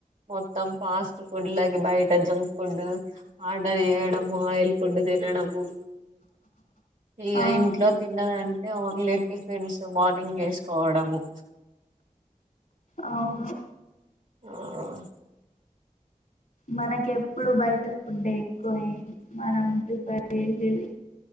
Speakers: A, on the right; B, on the left.
A: మొత్తం ఫాస్ట్ ఫుడ్ లకి బయట జంక్ ఫుడ్ అర్డర్ చేయడం. మొ ఆయిల్ ఫుడ్డు తినడము. ఇగ
B: ఆ
A: ఇంట్లో తిన్నదంటే ఓన్లీ టిఫిన్స్ మార్నింగ్ చేసుకోవడము.
B: అవును.
A: ఆహ్.
B: మనకెప్పుడు బయట ఫుడ్డె ఎక్కువ మనం ప్రిఫర్ చేసేది.